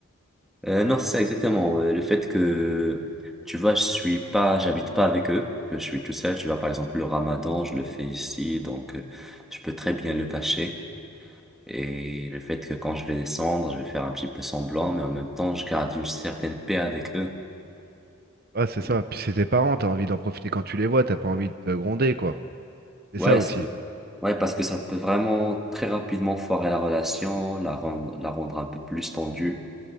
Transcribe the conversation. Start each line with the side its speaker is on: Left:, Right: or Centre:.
Centre: Euh, non, c'est ça exactement. Euh, Le fait que, tu vois, je suis pas, j'habite pas avec eux, que je suis tout seul. Tu vois, par exemple, le ramadan, je le fais ici, donc euh, je peux très bien le cacher. Et le fait que quand je vais descendre, je vais faire un petit peu semblant, mais en même temps, je garde une certaine paix avec eux.
Right: Ah, c'est ça.
Centre: Mm.
Right: Puis c'est tes parents, t'as envie d'en profiter quand tu les vois, t'as pas envie de te gronder, quoi. C'est
Centre: Ouais,
Right: ça aussi.
Centre: c'est, ouais, parce que ça peut vraiment très rapidement foirer la relation, la rendre, la rendre un peu plus tendue.